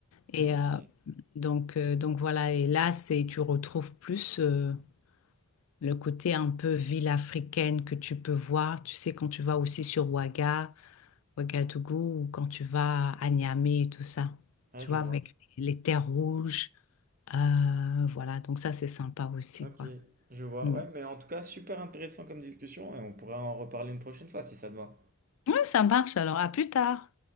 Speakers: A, on the left; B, on the right.
A: Et
B: Ok,
A: euh, donc, euh, donc voilà, et là, c'est, tu retrouves plus. euh, le côté un peu ville africaine que tu peux voir, tu sais, quand tu vas aussi sur Ouaga, Ouagadougou, ou quand tu vas à Niamey et tout ça,
B: ah,
A: tu
B: je
A: vois,
B: vois.
A: avec les terres rouges, euh, voilà, donc ça c'est sympa aussi,
B: Ok,
A: quoi.
B: je vois.
A: Mm.
B: Ouais, mais en tout cas, super intéressant comme discussion et on pourra en reparler une prochaine fois si ça te va.
A: Ouais, ça marche alors, à plus tard.